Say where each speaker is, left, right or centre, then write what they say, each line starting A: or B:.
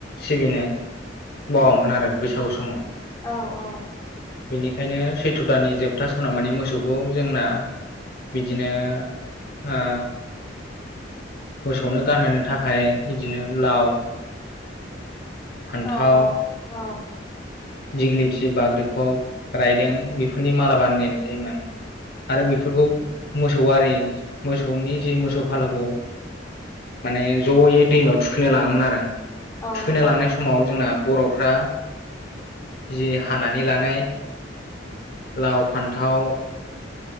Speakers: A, on the left; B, on the left.
A: सिबिनो बावामोन आरो बैसागु समाव
B: औ औ
A: बेनिखायनो सैथ्र' दाननि जोब था सानाव माने मोसौखौ जोंना बिदिनो मोसौनो गानहोनो थाखाय बिदिनो लाव फान्थाव
B: औ औ औ
A: दिग्लिथि बाग्रिखब रायदों बेफोरनि माला बानायनाय जायोमोन। आरो बेफोरखौ मोसौ आरि मोसौनि जि मोसौ फालोखौ माने ज'यै दैमायाव थुखैनो लाङोमोन आरो।
B: औ
A: थुखैना
B: नोंथां
A: लांनाय समाव जोंना बर'फोरा जि हानानै लानाय लाव फान्थाव